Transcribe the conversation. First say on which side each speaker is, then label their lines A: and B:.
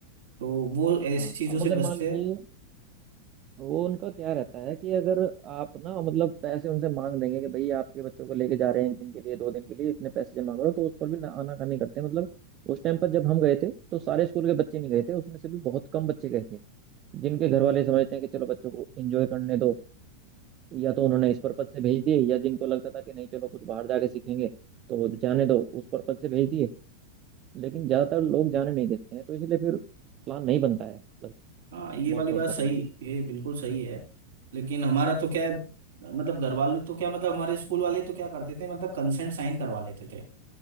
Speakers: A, on the right; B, on the right.
A: तो वो ऐसी
B: हाँ
A: चीजों
B: अब
A: से
B: अगर
A: बचते
B: मान लीजिए
A: हैं
B: वो उनका क्या रहता है कि अगर आप ना मतलब पैसे उनसे मांग देंगे कि भाई आपके बच्चों को लेके जा रहे हैं एक दिन के लिए दो दिन के लिए इतने पैसे जमा करो तो उस पर भी ना आनाकानी करते हैं मतलब उस टाइम पर जब हम गए थे तो सारे स्कूल के बच्चे नहीं गए थे उसमें से भी बहुत कम बच्चे गए थे जिनके घर वाले समझते हैं कि चलो बच्चों को एंजॉय करने दो या तो उन्होंने इस पर्पज से भेज दिए या जिनको लगता था कि नहीं चलो कुछ बाहर जाके सीखेंगे तो जाने दो उस पर्पज से भेज दिए लेकिन ज्यादातर लोग जाने नहीं देते हैं तो इसलिए फिर प्लान नहीं बनता है मतलब
A: हाँ ये
B: मोस्ट
A: वाली
B: ऑफ
A: बात सही
B: द टाइम
A: ये बिल्कुल सही है लेकिन हमारा तो क्या है मतलब घर वाले तो क्या मतलब हमारे स्कूल वाले तो क्या करते थे मतलब कंसेंट साइन करवा लेते थे